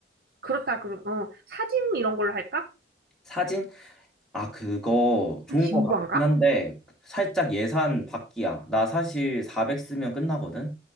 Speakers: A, on the right; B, in the centre.
A: 그렇다. 그럼 어, 사진 이런 걸로 할까?
B: 사진? 아 그거 좋은
A: 진부한가?
B: 거 같긴 한데 살짝 예산 밖이야. 나 사실 400 쓰면 끝나거든.